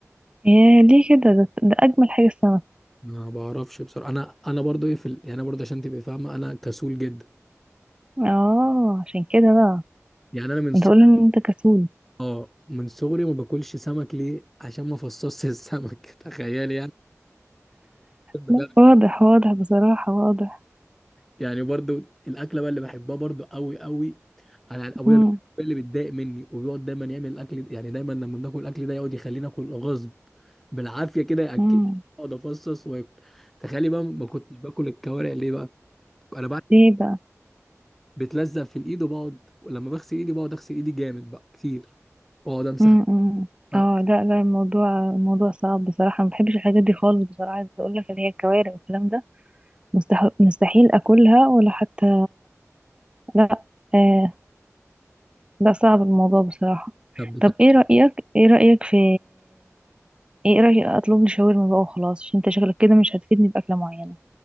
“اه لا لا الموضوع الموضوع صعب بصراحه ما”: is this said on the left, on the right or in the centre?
Right